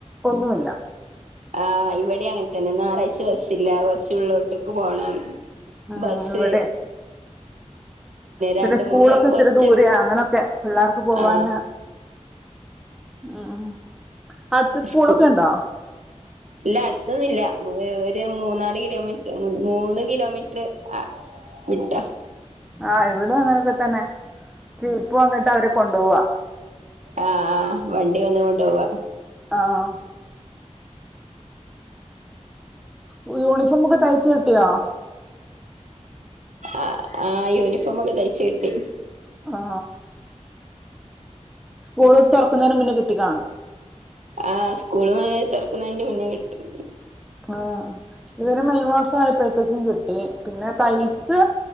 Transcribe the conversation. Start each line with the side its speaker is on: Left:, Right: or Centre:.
Centre: ഒന്നുയില്ല
Right: ആഹ് ഇവിടെ അങ്ങനെ തന്നെ ഞായറാഴ്ച ബസില്ല കൊറച്ച് ഉള്ളിലോട്ടക്ക് പോണം
Centre: ആഹ്
Right: ബസ്സ്
Centre: ഇവിടെ- പിന്നെ
Right: രണ്ട്
Centre: സ്കൂളൊക്കെ
Right: മൂന്ന്
Centre: ഇച്ചരി
Right: കുറച്ച്
Centre: ദൂരെയ അങ്ങനൊക്കെ പിള്ളേർക്ക് പോവാന്
Right: ആ
Centre: ആഹ് ആഹ് അടുത്ത് സ്കൂളൊക്കെ
Right: സ്കൂ
Centre: ഉണ്ടോ
Right: ഇല്ല അടുത്തൊന്നില്ല ഒരു മൂന്നാല് കിലോമീറ്റർ മൂന്ന് കിലോമീറ്റ- മീറ്ററ് വിട്ട
Centre: ആഹ് ഇവിടെ അങ്ങനെക്കെ തന്നെ ജീപ്പ് വന്നിട്ട് അവരെ കൊണ്ടുപോവാ
Right: ആഹ് ആഹ് വണ്ടി വന്ന് കൊണ്ടു പോവാ
Centre: ആഹ് ഉം യൂണിഫോമൊക്കെ തൈച്ച് കിട്ടിയോ
Right: ആ ആ യൂണിഫോമൊക്കെ തയ്ച്ച് കിട്ടി
Centre: ആ സ്കൂള് തുറക്കുന്നതിന് മുന്നേ കിട്ടി കാണും
Right: ആ സ്കൂളും തുറക്കുന്നതിന്റെ മുന്നേ കിട്ടും
Centre: ആ ഇവര് മെയ് മാസം ആയപ്പോഴത്തേക്കും കിട്ടി പിന്നെ തൈ ച്ച്